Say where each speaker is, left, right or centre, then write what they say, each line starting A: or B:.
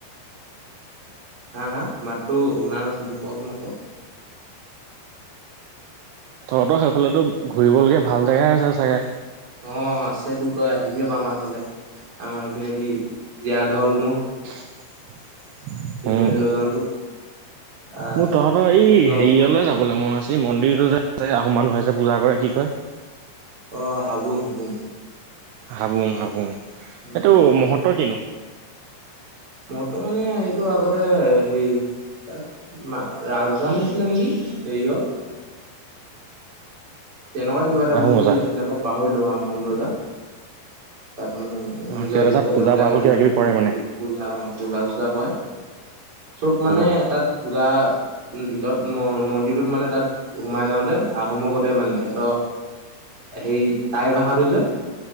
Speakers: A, on the right; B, on the right.
A: হা হা মাততো শুনা নাছিলো কচোন আকৌ
B: তহঁতৰ সেইফালেতো ঘূৰিবলগীয়া ভাল জেগাই আছে চাগে
A: অ আছেতো তই আহিবি ক আমাৰ ঘৰলে আমাৰ এইপিনেদি জীয়া ঢল মুখ
B: <unintelligible>
A: সিপিনে
B: উম
A: লৈ যাম তোক আহ
B: মোৰ তহঁতৰ এই
A: একদম
B: হেৰিয়লে যাবলে মন আছে মন্দিৰটো যে আহোম মানুহে যে পূজা কৰে কি কয়
A: অ হাবোং হাবোং
B: হাবোং হাবোং
A: উম
B: এইটো মহত্ত কি নো
A: মহত্ত মানে এইটো আগতে হেৰি তাত মা ৰাজধানী আছিলে নেকি হেৰিয় তেনেকুৱা কিবা এটা
B: আহোম
A: বুলি
B: ৰজা
A: আছিলে মই পাহৰিলো আহোম ৰজা তাত মানে
B: অ
A: নিজৰ
B: সিহঁতে
A: ইষ্ট
B: তাত পূজা
A: দেৱতাক
B: পাতল
A: সেইবিলাক
B: কিবা কিবি
A: পজ
B: কৰে মানে।
A: পজ পূজা হয় পূজা চজা কৰে চব মানে
B: উম।
A: তাত পূজা উম ভিতৰত ম মন্দিৰটোত মানে তাত সোমাই যাওঁতে আহোমক কতে মানে সেত সেই তাই ভাষাটো যে